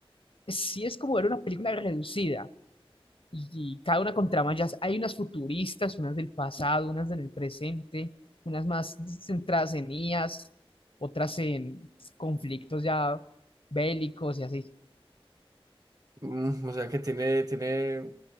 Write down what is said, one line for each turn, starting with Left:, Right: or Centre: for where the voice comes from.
Left: sí es como ver una película reducida, y, cada una con tramas, ya hay unas futuristas, unas del pasado, unas en el presente, unas más centradas en IAs, otras en conflictos ya bélicos y así.
Right: Mm, o sea que tiene, tiene, o